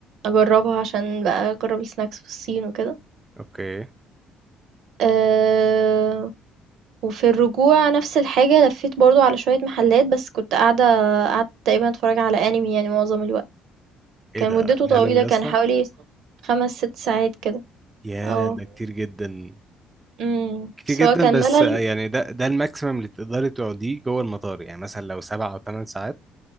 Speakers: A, on the right; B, on the right.
A: اجربها عشان بقى اجرب السناكس في الصين وكده
B: اوكي
A: أه وفي الرجوع نفس الحاجة لفيت برضو على شوية محلات بس كنت قاعدة قعدت تقريبا اتفرج على انمي يعني معظم الوقت
B: ايه
A: كان
B: ده
A: مدته طويلة
B: انمي
A: كان
B: اصلا
A: حوالي خمس ست ساعات كده
B: يا
A: اه
B: ده كتير جدا
A: امم
B: كتير
A: بس
B: جدا
A: هو كان
B: بس
A: ملل
B: آه، يعني ده ده الماكسيمم اللي تقدري تقعديه جوه المطار يعني مثلا لو سبع او ثمان ساعات